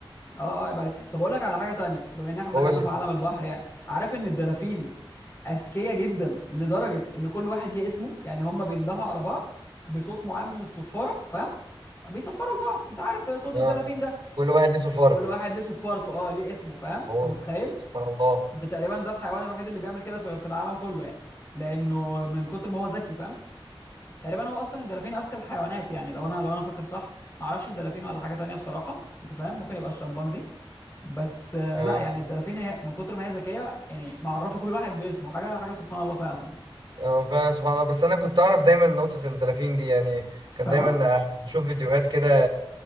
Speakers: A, on the left; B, on the right.
A: اه اه عيب عليك طب اقول لك على حاجه تانية بما ان احنا
B: قول
A: دخلنا
B: لي
A: في عالم البحر يعني عارف ان الدلافين اذكياء جدا لدرجه ان كل واحد ليه اسمه يعني هم بيندهوا على بعض بصوت معين من الصفاره فاهم بيصفروا لبعض انت عارف صوت
B: اه
A: الدلافين ده
B: كل واحد ليه سفارة
A: كل واحد ليه صفارته اه ليه اسمه فاهم انت
B: اوه
A: متخيل
B: سبحان الله
A: ده تقريبا ده الحيوان الوحيد اللي بيعمل كده في في العالم كله يعني لانه من كتر ما هو ذكي فاهم تقريبا هو اصلا الدلافين اذكى الحيوانات يعني لو انا لو انا فاكر صح ما اعرفش الدلافين ولا حاجه تانية بصراحه انت فاهم ممكن يبقى الشمبانزي بس آه،
B: اه
A: لا يعني الدلافين هي من كتر ما هي ذكيه يعني معرفه <laughs> كل واحد باسمه حاجه حاجه سبحان الله فعلا يعني
B: اه فعلا سبحان الله بس انا كنت اعرف دايما نقطة الدلافين دي يعني كان
A: فعلا
B: دايما آه، بشوف فيديوهات كده